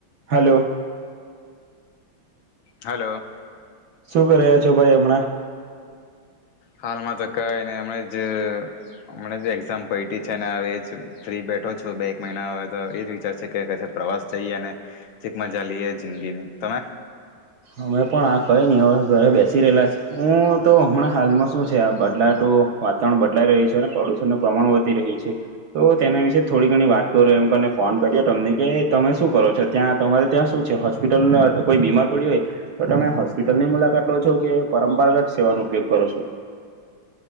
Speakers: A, on the right (about 70°); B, on the left (about 70°).
A: Hello.
B: Hello.
A: શું કર્યા છો ભાઈ હમણાં.
B: હાલમાં તો કઈ ને હમ જ હમ એક્ઝામ પ છે હ એ જ ફ્રી બેઠો છો બે એક મહિના હ તો એ જ વિચારશે કે ક પ્રવાસ જઈએ ને ચીક મજા લઈએ જિંદગીની તમે?
A: અમે પણ આખ કંઈ નહીં હ ઘરે બેસી રહેલા છે હું તો હમણાં હાલમાં શું છે આ બદલાતું વાતાવરણ બદલાઈ રહ્યું છે અને પ્રદુષણનું પ્રમાણ વધી રહ્યું છે તો તેના વિશે થોડી ઘણી વાત કરો એમ કને ફોન કરી્યો તમને કે તમે શું કરો છો ત્યાં તમારે ત્યાં શું છે હોસ્પિટલ કોઈ બીમાર પડીયું હોય. તો તમે હોસ્પિટલની મુલાકાત લો છો કે પરંપરાગત સેવાનો ઉપયોગ કરો છો.